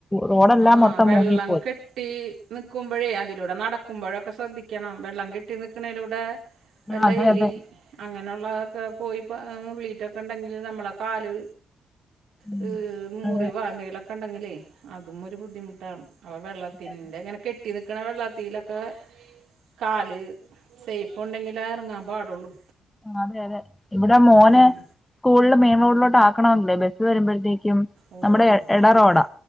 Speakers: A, on the left; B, on the right.
A: റോഡെല്ലാം
B: ആ
A: മൊത്തം
B: വെള്ളം
A: മുങ്ങിപ്പോയി.
B: കെട്ടി നിൽക്കുമ്പോഴേ അതിലൂടെ നടക്കുമ്പോഴൊക്കെ ശ്രദ്ധിക്കണം. വെള്ളം കെട്ടി നിൽക്കണതിലൂടെ വല്ല
A: ആഹ് അതെ
B: എലി
A: അതെ
B: അങ്ങനെ ഉള്ളതൊക്കെ പോയി മുള്ളിട്ടൊക്കെ ഇണ്ടെങ്കില് നമ്മളെ കാല്.
A: ഉം,
B: ഹ് മുറിവാ
A: അതെ
B: എന്തെങ്കിലൊക്കെ ഉണ്ടെങ്കിലേ. അതും ഒരു ബുദ്ധിമുട്ടാണ്. അപ്പൊ വെള്ളത്തിന്റെ
A: അതെ
B: ഇങ്ങനെ കെട്ടി നിക്കണ വെള്ളത്തിലൊക്കെ കാല്, സേഫ് ഉണ്ടെങ്കിലേ ഇറങ്ങാൻ പാടുള്ളൂ.
A: അതെ, അതെ, ഇവിടെ മോനെ
B: ഉം
A: സ്കൂളിൽ മെയിൻ റോഡിലോട്ട് ആക്കണമല്ലോ. ബസ്സ് വരുമ്പോഴത്തേക്കും.
B: ഓ
A: നമ്മുടെ എടറോഡാ
B: നടന്നു